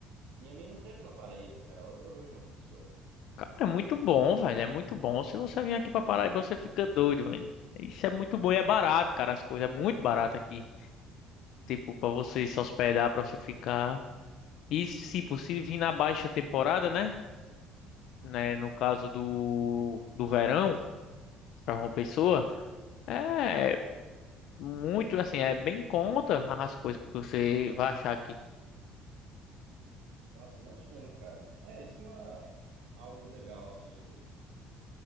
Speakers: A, on the right; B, on the left.
A: Minha mina teve na Paraíba, cara. Ela adorou João Pessoa.
B: Cara, é muito bom, velho. É muito bom. Se você vir aqui pra Paraíba, você fica doido, velho. Isso é muito bom e é barato, cara. As coisas é muito barato aqui. Tipo, pra você se hospedar, pra você ficar. E, se possível, vir na baixa temporada, né? Né,
A: É.
B: no caso do, do verão, para uma pessoa, é muito assim, é bem contra as coisas que você vai achar aqui.
A: Nossa, imagino, cara. É, isso é uma... algo legal, assim, de...